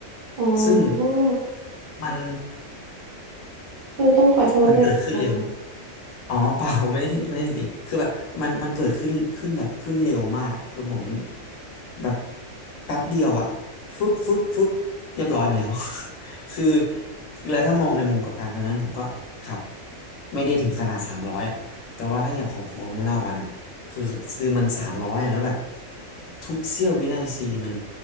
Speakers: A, on the right; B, on the left.
A: อ๋อ
B: ซึ่งมัน
A: เออต้องขอโทษด้วยนะคะ
B: มันเกิดขึ้นเร็ว อ๋อเปล่าผมไม่ได้ไม่ได้สิคือแบบมันมันเกิดขึ้นขึ้นแบบขึ้นเร็วมากคือผมแบบแป๊บเดียวอะฟึบฟึบฟึบเรียบร้อยไปแล้ว <laughs> คือคือแล้วถ้ามองในมุมกลับการตอนนั้นผมก็ขับไม่ได้ถึงขนาดสามร้อยอะแต่ว่าถ้าอย่างของฟอร์มูล่าวันอะคือคือมันสามร้อยอะแล้วแบบทุกเสี้ยววินาทีมัน